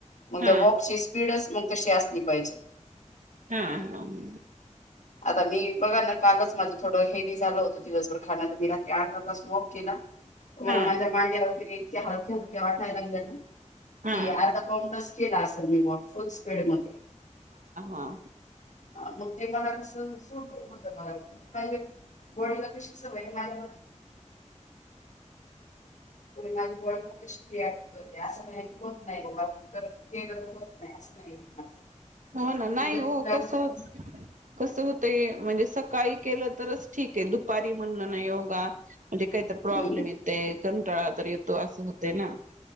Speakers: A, on the left (about 70°); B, on the right (about 85°).
A: मग
B: हा
A: त्या वॉकची स्पीडच मग तशी असली पाहिजे.
B: हा हम.
A: आता मी बघा ना कालच माझं थोडं हेवी झालं होत दिवसभर खाण तर मी रात्री अर्धा तास वॉक केला. तर
B: हा
A: मला माझ्या मांड्या वगैरे इतक्या हलक्या हलक्या वाटायला लागल्या ना.
B: हा
A: कि आता पाण तास केला असेल मी वॉक फुल स्पीड मध्ये.
B: हां.
A: मग ते मला कसं सुट होत मला ते माझ्या बॉडिला कशी सवय हाय <unintelligible> माझी बॉडी पण तशी रिॲक्ट करते असं नाही होत नाही ग केलं तर होत नाही असं नाही. <unintelligible>
B: हो ना नाही
A: मी जर
B: हो
A: कुठल्या
B: कस
A: गोष्टी
B: कस होतय म्हणजे सकाळी केलं तर ठिकं हाय. दुपारी म्हणल ना योगा म्हणजे काहितरी प्रॉब्लेम
A: हम्म,
B: येतोय. कं -- टाळा तरी येतो असं होते ना.